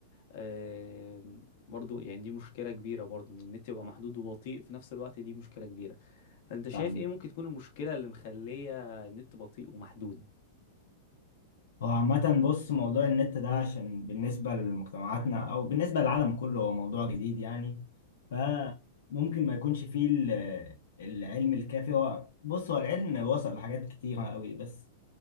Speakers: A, on the left; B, on the left.
A: آه، برضو يعني دي مشكلة كبيرة برضو ان النت يبقى محدود وبطيء في نفس الوقت دي مشكلة كبيرة فانت شايف
B: فاهم
A: ايه ممكن تكون المشكلة اللي مخلية النت بطيء ومحدود
B: هو عامة بص موضوع النت ده عشان بالنسبة لمجتمعاتنا أو بالنسبة للعالم كله هو موضوع جديد يعني فممكن ما يكونش فيه ال- العلم الكافي هو بص هو العلم وصل لحاجات كتيرة قوي بس